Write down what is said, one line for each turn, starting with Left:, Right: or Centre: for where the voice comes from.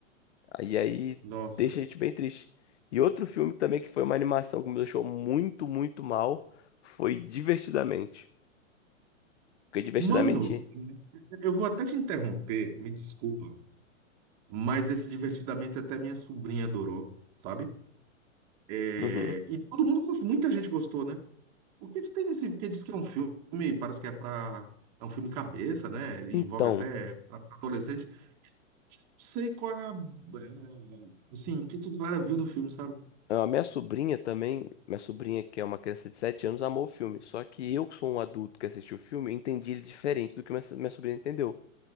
Left: E aí
Right: Nossa.
Left: deixa a gente bem triste. E outro filme também que foi uma animação que me deixou muito, muito mal foi Divertidamente. Porque Divertidamente.
Right: Mano, eu vou até te interromper, me desculpa, mas esse divertidamente até minha sobrinha adorou, sabe? É,
Left: Uhum.
Right: e todo mundo gostou, muita gente gostou, né? O que que tem nesse, porque diz que é um filme, parece que é pra, é um filme cabeça, né? Ele
Left: Então,
Right: envolve até pra, pra adolescente. Não sei qual é a, é, assim, o que que a galera viu do filme, sabe?
Left: A minha sobrinha também, minha sobrinha que é uma criança de 7 anos, amou o filme. Só que eu, que sou um adulto que assistiu o filme, entendi ele diferente do que minha, minha sobrinha entendeu.